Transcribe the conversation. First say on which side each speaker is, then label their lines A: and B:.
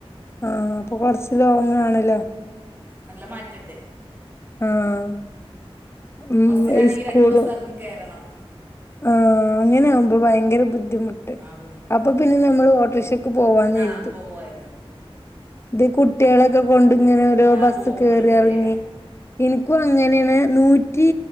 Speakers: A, on the left; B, on the right.
A: ആഹ് അപ്പൊ കൊറച്ച് ലോങ്ങാ‌ണല്ലോ
B: നല്ല മാറ്റെണ്ട്
A: ആഹ് ഉം
B: ബസ്സിനാണെങ്കി
A: ഈ സ്കൂളും
B: രണ്ട് ബസ്സെറങ്ങി കേറണം.
A: ആഹ് അങ്ങനെ ആവുമ്പോ ഭയങ്കര ബുദ്ധിമുട്ട്
B: ആ ബുദ്ധിമുട്ടാ
A: അപ്പൊ പിന്നെ നമ്മള് ഓട്ടോറ്ക്ഷ ക്ക് പോവാന്നെരുതും.
B: ആ പോവായിരുന്നു ഉം.
A: ത് കുട്ട്യാളെക്കെ ക്കൊണ്ട്ങ്ങനെ ഓരോ
B: ആ
A: ബസ്സ്
B: പോകുമ്പോൾ
A: കേറി
B: ഗതിയേടാ
A: എർങ്ങി ഇൻക്കും അ ഇങ്ങനേണ് നൂറ്റി